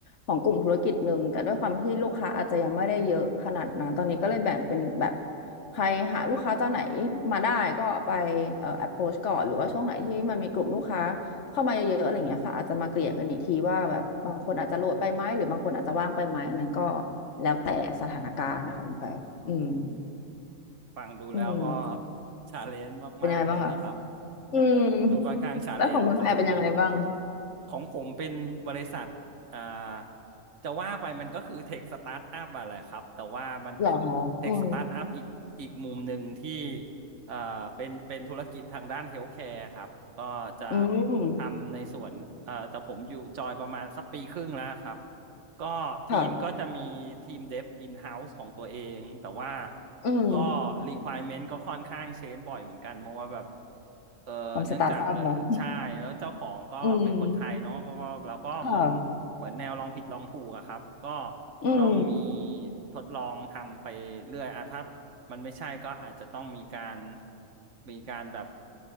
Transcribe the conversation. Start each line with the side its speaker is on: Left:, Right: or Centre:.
Left: ของกลุ่มธุรกิจหนึ่งแต่ด้วยความที่ลูกค้าอาจจะยังไม่ได้เยอะขนาดนั้นตอนนี้ก็เลยแบ่งเป็นแบบใครหาลูกค้าเจ้าไหนมาได้ก็ไปเอ่อ approach ก่อนหรือว่าช่วงไหนที่มันมีกลุ่มลูกค้าเข้ามาเยอะๆอะไรอย่างเงี้ยค่ะอาจจะมาเกลี่ยกันอีกทีว่าแบบบางคนอาจจะโหลดไปไหมหรือบางคนอาจจะว่างไปไหมอันนั้นก็แล้วแต่สถานการณ์นะคะคุณแปอืม
Right: อืม ฟังดูแล้วก็
Left: อืม
Right: ชาเลนจ์มากๆเลยนะครับ
Left: เป็นยังไงบ้างคะอืม
Right: <laughs> ดูค่อนข้างชาเลนจ์พอสมควร
Left: แล้วของคุณแฟนเป็นยังไงบ้าง
Right: ของผมเป็นบริษัทอ่าจะว่าไปมันก็คือเทคสตาร์ทอัพอะแหละครับ แต่ว่ามันเป็นเทคสตาร์ทอัพอีกอีกมุมหนึ่งที่
Left: เหรอคะอืม
Right: เอ่อเป็นเป็นธุรกิจทางด้านเฮลท์แคร์ครับก็จะ
Left: อืม
Right: ทำในส่วนเอ่อแต่ผมอยู่จอยประมาณสักปีครึ่งแล้วครับก็ทีมก็จะมีทีมเดฟอินเฮาส์ของตัวเองแต่ว่า
Left: ค่ะอืม
Right: ก็ requirement ก็ค่อนข้างเชนบ่อยเหมือนกันเพราะว่าแบบเออเนื่องจากเออใช่แล้วเจ้าของก็เป็นคนไทยเนาะก็ก็เราก็เหมือน
Left: ความสตาร์ทอัพเนาะ <laughs> อืมค่ะ
Right: เหมือนแนวลองผิดลองถูกอะครับก็
Left: อืม
Right: ต้องมีทดลองทำไปเรื่อยอะถ้า มันไม่ใช่ก็อาจจะต้องมีการมีการแบบ